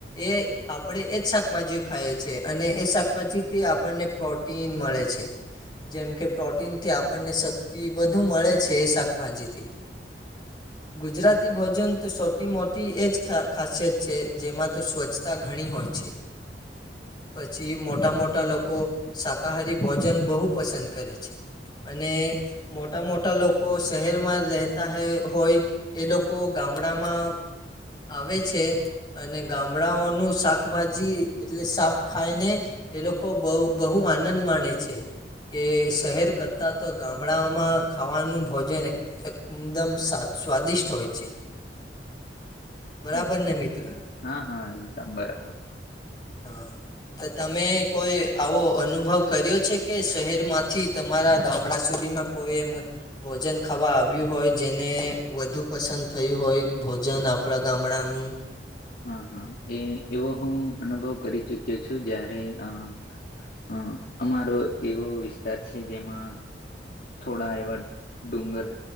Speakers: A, on the left (about 25°); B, on the left (about 55°).
A: એ આપણેે એજ શાકભાજીઓ ખાઈએ છે, અને એ શાકભાજી થી આપણને પ્રો પ્રન મળે છે જેમ કે પ્ર પ્રનથી આપણને શક્તિ બધું મળે છે, એ શાકભાજીથી ગુજરાતી ભોજન તો સૌટી મોટી એજ ખાસિયત છે, જેમાં તો સ્વચ્છતા ઘણી હોય છે. <inaudible> પછી મોટા મોટા લોકો શાકાહારી ભોજન બહુ પસંદ કરે છે. અને મોટા મોટા લોકો શહેરમાં રહેતા હોય એ લોકો ગામડામાં આવે છે. અને ગામડાઓનું શાકભાજી એટલે શાક ખાઈને એ લોકો બહ બહુ આનંદ માણે છે, કે શહેર કરતા તો ગામડાઓમાં ખાવાનું ભોજન એકદમ સ્વાદિષ્ટ હોય છે. બરાબર
B: અચ્છા.
A: ને મિત્ર
B: હા હા એકદમ બરાબર
A: હા તો તમે કોઈ આવો અનુભવ કર્યો છે, કે શહેર માંથી તમારા ગામડા સુધીમાં કોઈ એમ ભોજન ખાવા આવ્યું હોય જેને વધુ પસંદ થયું હોય ભોજન આપણા ગામડાનું
B: હા હા એ એવો હું અનુભવ કરી ચુક્યો છું જયારે અ હ અમારો એવો વિસ્તાર છે, જેમાં થોડા એવા ડુંગર